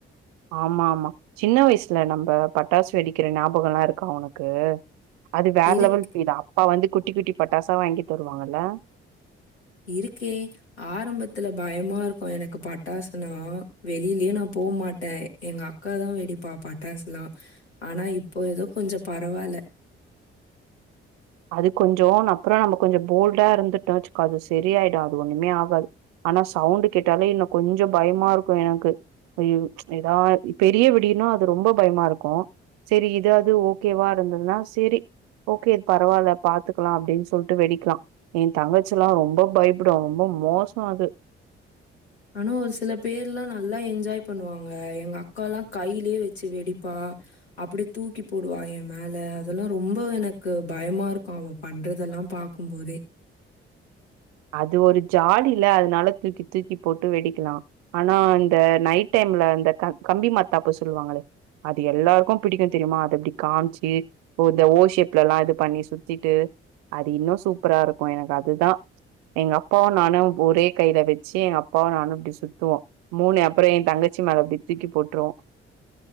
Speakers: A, on the right; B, on the left.
A: ஆமா ஆமா சின்ன வயசுல நம்ம பட்டாசு வெடிக்கிற ஞாபகோல்லா இருக்கா உனக்கு அது வேற
B: இருக்கு
A: லெவல் ஃபீல் அப்பா வந்து குட்டி குட்டி பட்டாசா வாங்கி தருவாங்களா
B: இருக்கே ஆரம்பத்துல பயமா இருக்கோ எனக்கு பட்டாசுனா வெளிலயே நா போ மாட்டே எங்க அக்காதா வெடிப்பா பட்டாசுலா ஆனா இப்போ ஏதோ கொஞ்சோ பரவால்ல
A: அது கொஞ்சோ நா அப்றோ நம்ம கொஞ்சோ போல்டா இருந்துட்டோ வெச்சுக்கோ அது சரியாயிடு அது ஒண்ணுமே ஆகாது ஆனா சவுண்டு் கேட்டாலே இன்னு கொஞ்சோ பயமா இருக்கோ எனக்கு ஐயோ ஏதா பெரிய வெடினா அது ரொம்ப பயமா இருக்கோ செரி இதாவ்து ஓகேவா இருந்ததுன்னா செரி ஓகே பரவால்ல பாத்துக்கலா அப்டின்னு சொல்ட்டு வெடிக்லா என் தங்கச்சி எல்லாம் ரொம்ப பயப்படும் ரொம்ப மோசம் அது
B: ஆனா ஒரு சில பேர் எல்லாம் நல்லா என்ஜாய் பண்ணுவாங்க எங்க அக்கா எல்லாம் கையிலேயே வச்சு வெடிப்பா அப்டி தூக்கி போடுவா என் மேல அதெல்லாம் ரொம்ப எனக்கு பயமா இருக்கும் அவ பண்றதெல்லாம் பா க்கும் போதே
A: அது ஒரு ஜாலில அதனால தூக்கி தூக்கி போட்டு வெடிக்லாம் ஆனா இந்த நைட் டைம்ல இந்த க கம்பி மாத்தாப்ப சொல்லுவாங்களே அது எல்லாருக்கும் பிடிக்கும் தெரியுமா அத அப்டி காம்ச்சு ஓ இந்த ஓஷேப்ல எல்லா இது பண்ணி சுத்திட்டு அது இன்னும் சூப்பரா இருக்கும் எனக்கு அதுதா எங்க அப்பாவும் நானும் ஒரே கையில வச்சு எங்க அப்பாவும் நானும் இப்படி சுத்துவோம் மூனு அப்புறம் என் தங்கச்சி மேல தூக் தூக்கி போட்டருவோம்